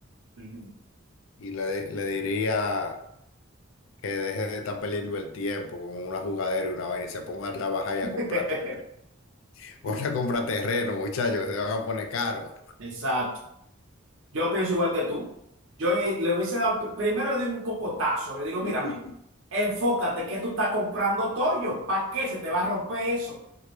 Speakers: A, on the right; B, on the left.
A: Ujú.
B: y le, le diría que deje de estar perdiendo el tiempo con una jugadera y una vaina y se ponga a trabajar y a
A: <laughs>
B: comprar, te- <laughs> ponte a comprar terreno, muchachos, que se van a poner caros.
A: Exacto. Yo pienso igual que tú. Yo eh, le hubiese dado, pr- primero le doy un cocotazo, le digo, mírame,
B: <laughs>
A: enfócate que tú estás comprando toyo, ¿para qué se te va a romper eso?